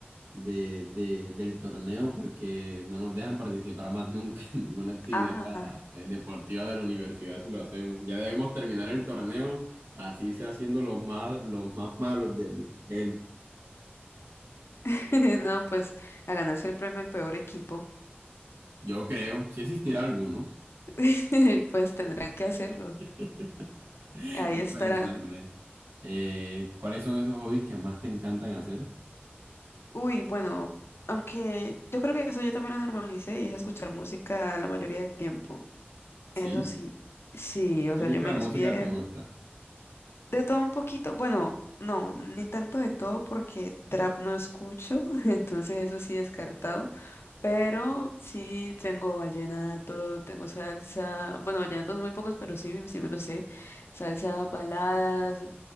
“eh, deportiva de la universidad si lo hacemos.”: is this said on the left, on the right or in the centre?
Right